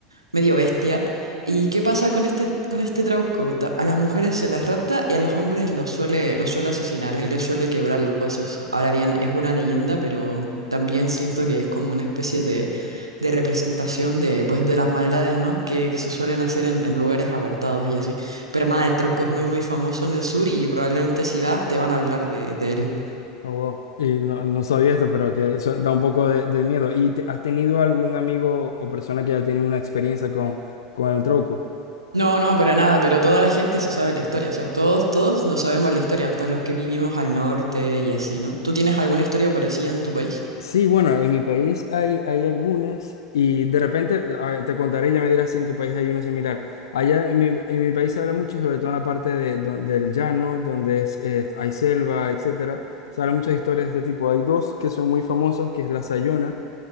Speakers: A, on the right; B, on the left.
A: medio bestia. ¿Y qué pasa con este, con este Trauco? Ta- A las mujeres se las rapta y a los hombres los suele, los suele asesinar y les suele quebrar los huesos. Ahora bien, es una leyenda, pero también siento que es como una especie de, de representación de, pues, de las maldades, ¿no? Que, que se suelen hacer en, en lugares apartados y así. Pero nada, el Trauco es muy, muy famoso en el sur y probablemente si vas te van a hablar de, de él.
B: Oh, wow. Y no, no sabía esto, pero que su- da un poco de, de miedo. ¿Y te- has tenido algún amigo o persona que haya tenido una experiencia con, con el truco?
A: No, no, para nada, pero toda la gente se sabe la historia, o sea, todos, todos nos sabemos la historia, hasta los que vivimos al norte y así, ¿no? ¿Tú tienes alguna historia parecida en tu país?
B: Sí, bueno, en mi país hay, hay algunas y de repente ah, te contaré y ya me dirás si en tu país hay uno similar. Allá en mi, en mi país se habla mucho, sobre todo en la parte de don- del llano, donde es, eh, hay selva, etcétera. Se habla muchas historias de este tipo. Hay dos que son muy famosas, que es la Sayona.